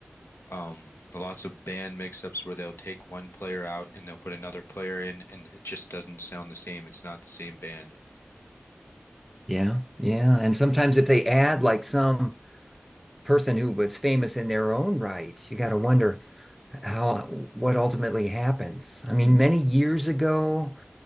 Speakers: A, on the left; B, in the centre.
A: um lots of band mix ups where they'll take one player out and they'll put another player in and it just doesn't sound the same. It's not the same band.
B: Yeah, yeah. And sometimes if they add like some person who was famous in their own right, you got to wonder how what ultimately happens. I mean, many years ago,